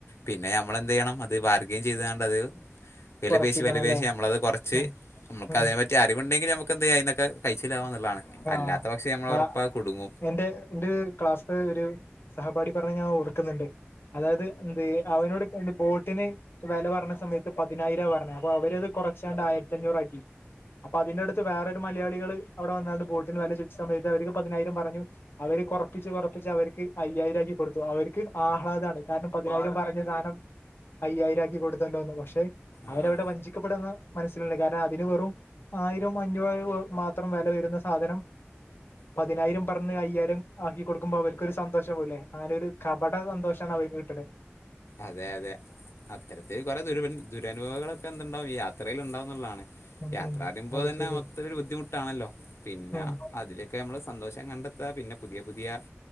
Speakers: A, on the left (about 85°); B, on the left (about 55°).
A: പിന്നെ നമ്മള് എന്തെയ്യണം അത് ബാർഗേം ചെയ്ത് കാണ്ടത് വില
B: ഉറപ്പിക്കണം
A: പേശി വില
B: അല്ലേ
A: പേശി നമ്മളത് കൊർച്ച്
B: ഉം
A: നമുക്കതിനെപ്പറ്റി
B: ഉം
A: അറിവുണ്ടെങ്കി നമുക്ക് എനന്തയ്യാ നമുക്കത്തിന്നൊക്കെ കയ്ച്ചിലാവാന്നുള്ളതാണ്
B: ആഹ്
A: അല്ലാത്ത പക്ഷേ നമ്മള്
B: ആ
A: ഒറപ്പാ അത്‌ കുടുങ്ങും
B: എന്റെ ന്റെ ക്ലാസ്സ്‌ ഒരു സഹപാഠി പറഞ്ഞ് ഞാൻ ഓർക്കുന്നുണ്ട് അതായത് എന്ത് അവനോട്ക്കെന്ത്‌ ബോട്ടിന് വെല പറഞ്ഞ സമയത്ത് പതിനായിരാ പറഞ്ഞത് അപ്പൊ അവര്ത് കുറച്ചാണ്ട് ആയിരത്തിഞ്ഞൂറാക്കി അപ്പൊ അതിന്റെടുത്ത് വേറൊരു മലയാളികള് അവിടെ വന്നാണ്ട് ബോട്ടിന് വെല ചോയ്ച്ച സമയത്ത് അവർക്ക് പതിനായിരം പറഞ്ഞു അവര് കൊറപ്പിച്ച് കൊറപ്പിച്ച് അവർക്ക് അയ്യായിരം ആക്കി കൊടുത്തു അവർക്ക് ആഹ്ലാദാണ് കാരണം പതിനായിരം പറഞ്ഞ സാനം അയ്യായിരം ആക്കി കൊടുത്തല്ലോന്ന് പക്ഷേ അവരവിടെ
A: ആ
B: വഞ്ചിക്കപ്പെടാന്ന് മനസ്സിൽണ്ട് കാരണം അതിന് വെറും ആയിരം അഞ്ഞൂറ് <unintelligible> മാ ത്രം വെല വരുന്ന സാധനം പതിനായിരം പറഞ്ഞ് അയ്യായിരം ആക്കി കൊടുക്കുമ്പോ അവർക്കൊരു സന്തോഷവുല്ലേ അങ്ങനെ ഒരു കപട സന്തോഷാണ് അവര്ക്ക് കിട്ട്ണ്
A: അതെ അതെ അത്തരത്തിൽ കുറെ ദുരു ദുരനുഭവങ്ങളൊക്കെ എന്തുണ്ടാവും ഈ യാത്രൽ ഉണ്ടാവ ന്നുള്ളതാണ്
B: ഉം
A: യാത്രാറിയുമ്പോ
B: ഉം അത്
A: തന്നെ
B: ശരിയാണ്
A: മൊത്തം ഒരു ബുദ്ധിമുട്ടാണല്ലോ പിന്നെ
B: ഉം
A: അതില് ക്കെ നമ്മള് സന്തോഷം കണ്ടെത്താ പിന്നെ പുതിയ പുതിയ